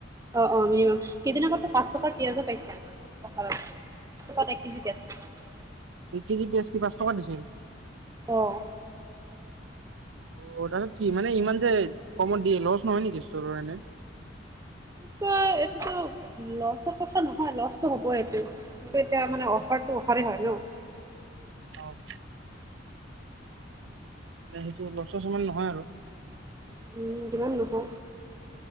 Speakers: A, on the right; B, on the right.
A: অ', -অ' মিনিমাম কেইদিন আগতো পাঁচ টকাৰ পিয়াজো পাইছে আমাৰ ক'ত দহ টকাত এক কেজি পিঁয়াজ পাইছো।
B: এক কেজি পিঁয়াজ কি পাঁচ টকা দিছিল।
A: অ'।
B: অ' তাৰপিছত কি মানে ইমান যে কমত দিয়ে লছ ঈশ্বৰনে?
A: এইটো, এইটোতো লছৰ কথা নহয়। লছটো হ'বই এইটো। কিন্তু এতিয়া মানে অফাৰতটো অফাৰে হয় ন'।
B: ষ্টপ। মানে সেইটো লচচছ ইমান নহয় আৰু
A: উম, কিমান দুখো